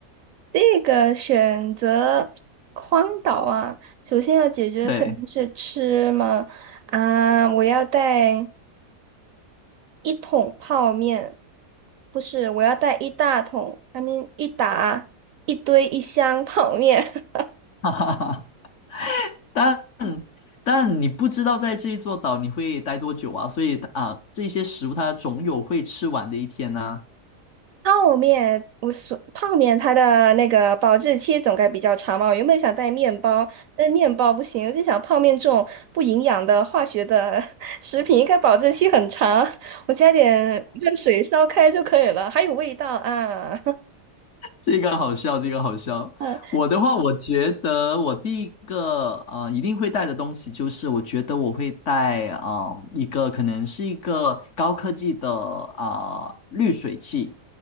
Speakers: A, on the right; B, on the left.
A: 这个选择荒岛啊，首先要解决肯定是吃嘛，
B: 对，
A: 啊，我要带。一桶泡面，不是，我要带一大桶，I mean 一打一堆一箱泡面。<laughs>
B: <laughs> 哈哈哈。但。但你不知道在这一座岛你会待多久啊，所以啊，这些食物它总有会吃完的一天呐、
A: 泡面，我说泡面它的那个保质期总该比较长嘛。我原本想带面包，但面包不行，我就想泡面这种不营养的化学的 <laughs> 食品应该保质期很长，我加点热水烧开就可以了，还有味道啊。<laughs>
B: 这个好笑，这个好笑。
A: 嗯，
B: 我的话，我觉得我第一个啊一定会带的东西就是，我觉得我会带啊、呃一个可能是一个高科技的啊、呃滤水器，